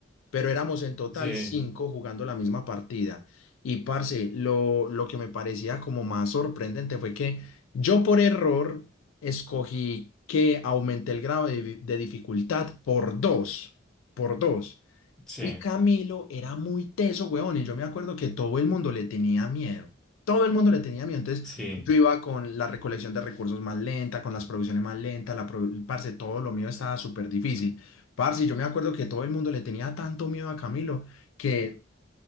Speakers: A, on the left (about 80°); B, in the centre.
A: Pero éramos en total
B: Sí,
A: cinco jugando la misma partida. Y parce, lo, lo que me parecía como más sorprendente fue que yo por error escogí que aumenté el grado de, vi- de dificultad por dos por dos.
B: sí,
A: Y Camilo era muy teso, weón, y yo me acuerdo que todo el mundo le tenía miedo. Todo el mundo le tenía miedo. Entonces
B: sí.
A: Sí. yo iba con la recolección de recursos más lenta, con las producciones más lentas, la pro- parce, todo lo mío estaba súper difícil. Parce, yo me acuerdo que todo el mundo le tenía tanto miedo a Camilo que